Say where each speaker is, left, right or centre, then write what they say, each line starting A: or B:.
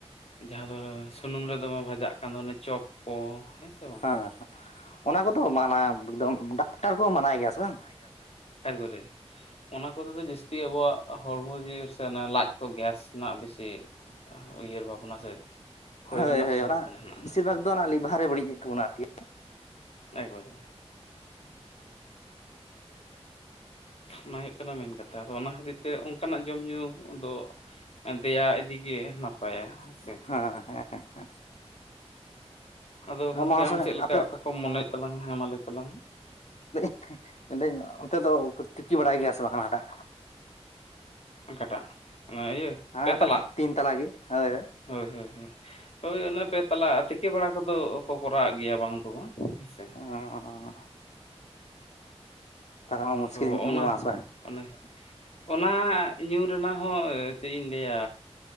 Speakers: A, on the left (about 65°); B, on the left (about 85°).
A: ᱡᱟᱦᱟᱸ ᱫᱚ ᱥᱩᱱᱩᱢ ᱨᱮ ᱫᱚᱢᱮ ᱵᱷᱟᱡᱟᱜ ᱠᱟᱱ ᱫᱚ ᱚᱱᱮ ᱪᱚᱯ ᱠᱚ ᱦᱮᱸᱥᱮ?
B: ᱦᱮᱸ ᱦᱮᱸ ᱚᱱᱟ ᱠᱚᱫᱚ ᱢᱟᱱᱟ ᱫᱚᱢ ᱰᱟᱠᱴᱟᱨ ᱠᱚᱦᱚᱸ ᱢᱟᱱᱟᱭ ᱜᱮᱭᱟ ᱥᱮ ᱵᱟᱝ?
A: <unintelligible> ᱮᱠᱵᱟᱨᱮ᱾ ᱚᱱᱟ ᱠᱚᱛᱮ ᱫᱚ ᱡᱟᱹᱥᱛᱤ ᱟᱵᱚᱣᱟᱜ ᱦᱚᱲᱢᱚ ᱡᱤᱣᱤ ᱥᱮ ᱚᱱᱮ ᱞᱟᱡ ᱠᱚ ᱜᱮᱥ ᱨᱮᱱᱟᱜ ᱵᱮᱥᱤ ᱩᱭᱦᱟᱹᱨ ᱵᱷᱟᱵᱽᱱᱟ ᱥᱮ ᱦᱩᱭ
B: ᱦᱳᱭ
A: ᱨᱮᱱᱟᱜ
B: ᱦᱳᱭ
A: ᱥᱚᱢᱵᱷᱚᱵᱚᱱᱟ
B: ᱚᱱᱟ
A: ᱦᱮᱱᱟᱜᱼᱟ
B: ᱵᱮᱥᱤᱨ ᱵᱷᱟᱜᱽ ᱫᱚ ᱚᱱᱟ ᱞᱤᱵᱷᱟᱨ ᱮ ᱵᱟᱹᱲᱤᱡ ᱮᱫ ᱛᱟᱵᱚᱱᱟ ᱟᱨᱠᱤ᱾
A: ᱮᱠᱵᱟᱨᱮ᱾ ᱚᱱᱟ ᱦᱩᱭᱩᱜ ᱠᱟᱱᱟ ᱢᱮᱹᱱ ᱠᱟᱛᱷᱟ ᱟᱫᱚ ᱚᱱᱟ ᱠᱷᱟᱹᱛᱤᱨ ᱛᱮ ᱚᱝᱠᱟᱱᱟᱜ ᱡᱚᱢ ᱧᱩ ᱫᱚ ᱫᱮᱭᱟ ᱤᱫᱤᱜᱮ ᱱᱟᱯᱟᱭᱟ᱾ ᱦᱮᱸᱥᱮ
B: ᱦᱚᱸ ᱦᱮᱸ᱾
A: ᱟᱫᱚ ᱜᱚᱝᱠᱮ
B: ᱢᱚᱦᱟᱥᱚᱭ
A: ᱟᱢ ᱪᱮᱫ ᱞᱮᱠᱟ
B: ᱟᱯᱮ
A: ᱚᱠᱟ ᱠᱚᱢ ᱢᱚᱱᱮᱭᱮᱫ ᱛᱟᱞᱟᱝ ᱦᱮ ᱢᱟ ᱞᱟᱹᱭ ᱛᱟᱞᱟᱝ ᱢᱮ᱾
B: <inaudible> ᱢᱮᱱᱫᱟᱹᱧ ᱚᱱᱛᱮ ᱫᱚ ᱠᱚ ᱛᱤᱠᱤ ᱵᱟᱲᱟᱭ ᱜᱮᱭᱟ ᱥᱮ ᱵᱟᱝ ᱦᱟᱱᱟᱴᱟᱜ?
A: ᱚᱠᱟᱴᱟᱜ ᱚᱱᱟ ᱤᱭᱟᱹ
B: ᱦᱟᱱᱟᱴᱟᱜ
A: ᱯᱮ ᱛᱟᱞᱟᱜ
B: ᱛᱤᱱ ᱛᱟᱞ ᱜᱮ, ᱦᱳᱭ
A: ᱦᱳᱭ ᱦᱳᱭ ᱦᱳᱭ᱾ ᱦᱳᱭ ᱚᱱᱮ ᱯᱮ ᱛᱟᱞᱟ ᱛᱤᱠᱤ ᱵᱟᱲᱟ ᱠᱚᱫᱚ ᱠᱚ ᱠᱚᱨᱟᱣᱮᱫ ᱜᱮᱭᱟ ᱵᱟᱝ ᱠᱚ ᱵᱟᱝ ᱦᱮᱸᱥᱮ᱾
B: ᱟᱨ <unintelligible> ᱢᱟ ᱢᱩᱥᱠᱤᱞ
A: ᱛᱚ
B: ᱧᱚᱜ
A: ᱚᱱᱟ
B: ᱜᱮ ᱢᱟ ᱥᱮ ᱵᱟᱝ
A: ᱚᱱᱮ ᱚᱱᱟ ᱧᱩ ᱨᱮᱱᱟᱜ ᱦᱚᱸ ᱪᱮᱫ ᱤᱧ ᱞᱟᱹᱭᱟ